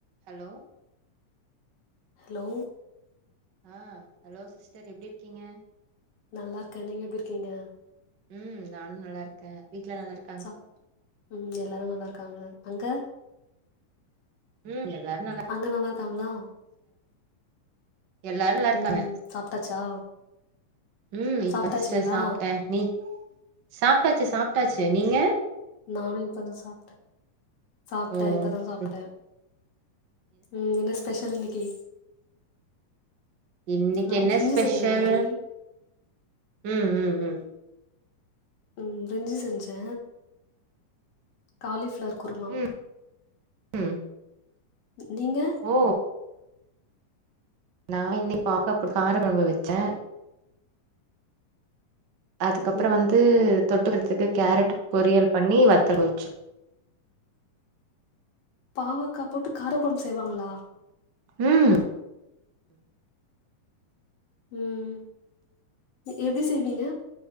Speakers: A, on the right; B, on the left.
A: Hello
B: hello
A: ஆ hello sister எப்டி இருக்கீங்க
B: நல்லா இருக்கே நீங்க எப்டி இருக்கீங்க
A: ம் நானு நல்லா இருக்கே வீட்ல எல்லா நல்லா இருக்க
B: சா ம் எல்லாரு நல்லா இருக்காங்க அங்க
A: ம் எல்லாரு நல்ல
B: அங்க நல்லா இருக்காங்ளா
A: எல்லாரு நல்லா இருக்காங்க
B: ம் சாப்ட்டாச்சா
A: ம் இப்ப
B: சாப்ட்டாச்சுங்களா
A: சிஸ்டர் சாப்ட்டே நீ சாப்ட்டாச்சு சாப்ட்டாச்சு நீங்க
B: நானு இப்பதா சாப்ட்டே சாப்ட்டே
A: ஓ
B: இப்பதா சாப்ட்டே
A: ம்
B: ம் என்ன ஸ்பெஷல் இன்னைக்கி
A: இன்னைக்கு
B: நான்
A: என்ன
B: பிரிஞ்சி
A: ஸ்பெஷல்
B: செஞ்சேன் இன்னைக்கு
A: ம் ம் ம்
B: ம் பிரிஞ்சி செஞ்சே காலிபிளவர் குருமா
A: ம் ம்
B: நீங்க
A: ஓ நா இன்னை பாவக்க போட்டு கார கொழம்பு வச்சே அதுக்கப்பறோ
B: ம்
A: வந்து தொட்டுக்கிறதுக்கு கேரட் பொரியல் பண்ணி வத்தல் வச்சு
B: பாவக்கா போட்டு காரக் கொழம்பு செய்வாங்களா
A: ம்
B: ம் எப்டி செய்வீங்க